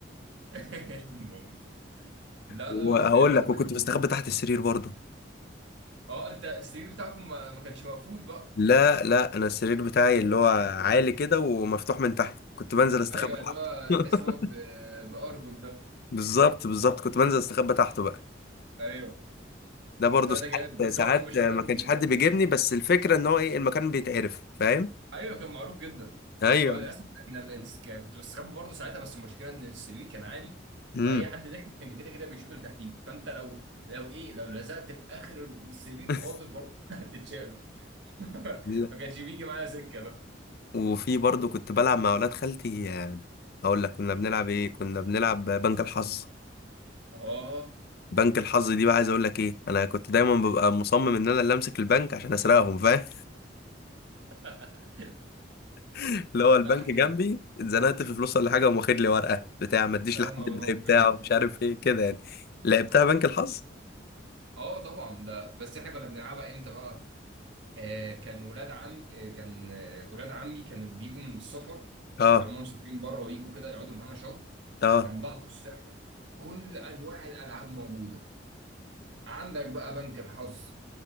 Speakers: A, on the right; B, on the left.
A: <laughs> النوم لا
B: وهقول
A: لا لا ايام زمان
B: لك وكنت
A: دي
B: بستخبى تحت السرير برضه
A: اه انت السرير بتاعكم ما, ما كانش مقفول بقى
B: لا لا انا السرير بتاعي اللي هو عالي كده ومفتوح من تحت كنت بنزل استخبى
A: ايوه
B: تحت
A: اللي هو
B: <laughs>
A: تحس ان هو ب- بارجل ده
B: بالظبط بالظبط كنت بنزل استخبى تحته بقى
A: ايوه
B: ده برضه
A: لا
B: ساعات
A: ده جامد بس
B: ساعات
A: هو المشكله
B: ما
A: ان
B: كانش حد بيجيبني بس الفكره ان هو ايه المكان بيتعرف فاهم
A: ايوه كان معروف جدا
B: ايوه
A: هو للاسف احنا ال- الس- كنت بستخبى برضه ساعتها بس المشكله ان السرير كان عالي
B: امم
A: فاي حد داخل كان كده كده بيشوف اللي تحتيه فانت لو لو ايه لو لزقت في اخر السرير
B: <laughs>
A: خالص برضه <laughs> هتتشاف <laughs>
B: لا.
A: ما كانش بيجي معايا سكه بقى
B: وفي برضه كنت بلعب مع اولاد خالتي آه، اقول لك كنا بنلعب ايه كنا بنلعب بنك الحظ
A: اه
B: بنك الحظ دي بقى عايز اقول لك ايه انا كنت دايما ببقى مصمم ان انا اللي امسك البنك عشان اسرقهم فاهم
A: <laughs>
B: <laughs> اللي هو البنك
A: لا احنا
B: جنبي اتزنقت في فلوس ولا حاجه وقام واخد لي ورقه بتاع ما تديش
A: يا
B: لحد
A: نهار
B: الباقي
A: ابيض
B: بتاعه مش عارف ايه كده يعني لعبتها بنك الحظ
A: اه طبعا ده بس احنا كنا بنلعبها امتى بقى؟ آه كان ولاد عم آه كان آه ولاد عمي كانوا بيجوا من السفر
B: اه
A: كانوا هم مسافرين بره ويجوا كده يقعدوا معانا شهر
B: اه
A: كان بقى بص يا احمد كل انواع الالعاب موجوده عندك بقى بنك الحظ